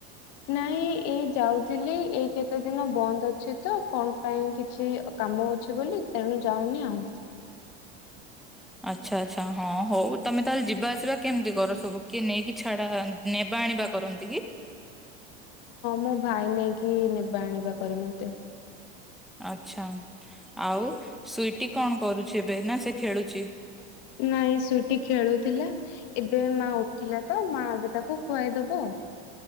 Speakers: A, on the left; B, in the centre.
A: ନାଇଁ ଏଇ ଯାଉଥିଲି, ଏଇ କେତେ ଦିନ ବନ୍ଦ ଅ ଅଛି ତ କଣ ପାଇଁ କିଛି କାମ ଅଛି ବୋଲି ତେଣୁ ଯାଉନି ଆଉ।
B: ଆଚ୍ଛା ଆଚ୍ଛା ହଁ ହଉ ତମେ ତାହେଲେ ଯିବା ଆସିବା କେମିତି କର? ସବୁ କିଏ ନେଇକି ଛାଡା ନେବା ଆଣିବା କରନ୍ତି କି?
A: ମୁଁ ଭାଇ ନେଇକି ନେବା ଆଣିବା କରେ ମତେ।
B: ଆଛା ଆଉ ସୁଇଟି କଣ କରୁଛି ଏବେ, ନା ସେ ଖେଳୁଛି?
A: ନାଇଁ ସୁଇଟିି ଖେଳୁଥିଲା, ଏବେ ମା ଉଠିଲା ତ ମା ଏବେ ତାକୁ ଖୁଆଇଦବ।